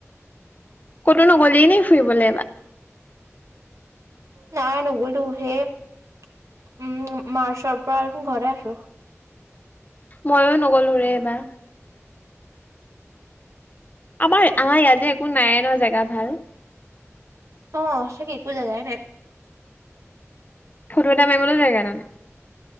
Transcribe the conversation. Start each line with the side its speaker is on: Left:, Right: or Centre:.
Left: ক'তো নগ'লে ন ফুৰিবলৈ এইবাৰ?
Right: নাই নগলো হে উম মাৰ্চৰ পৰা দেখোন ঘৰতে আছোঁ।
Left: মইও নগলো ৰে এবাৰ। আমাৰ আমাৰ ইয়াত যে একো নাইে ন জেগা ভাল।
Right: অ' সঁচাকে একো জেগাই নাই।
Left: ফটো এটা মাৰিবল জেগা এটা নাই।